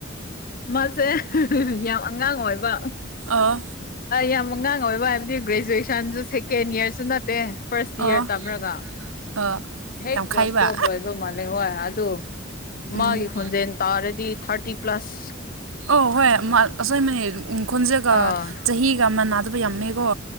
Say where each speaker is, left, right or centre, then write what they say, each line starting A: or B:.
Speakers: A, on the left; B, on the right.
A: ꯃꯥꯁꯦ ꯌꯥꯝ ꯑꯉꯥꯡ ꯑꯣꯏꯕ
B: ꯑꯣ
A: ꯌꯥꯝ ꯑꯉꯥꯡ ꯑꯣꯏꯕ ꯍꯥꯏꯕꯗꯤ ꯒ꯭ꯔꯦꯖꯨꯋꯦꯁꯟ ꯁꯟꯁꯨ ꯁꯦꯀꯦꯟ ꯏꯌꯥꯔꯁꯨ ꯅꯠꯇꯦ ꯐꯥꯔꯁ
B: ꯑꯣ
A: ꯏꯌꯥꯔ ꯇꯝꯔꯒ
B: ꯑ
A: ꯍꯦꯛ
B: ꯌꯥꯝꯈꯩꯕ
A: ꯀ꯭ꯂꯥꯁ ꯇꯨꯋꯦꯜꯞ ꯂꯣꯏꯕ ꯃꯥꯂꯦ ꯍꯣꯏ ꯑꯗꯨ
B: ꯎꯝ
A: ꯃꯥꯒꯤ ꯈꯣꯟꯖꯦꯜ ꯇꯥꯔꯗꯤ ꯊꯥꯔꯇꯤ ꯄ꯭ꯂꯁ
B: ꯑꯧ ꯍꯣꯏ ꯑꯁꯣꯏꯕꯅꯤ ꯈꯣꯟꯖꯒ
A: ꯑꯥ
B: ꯆꯍꯤꯒ ꯑꯃ ꯅꯥꯗꯕ ꯌꯥꯝꯃꯦꯀꯣ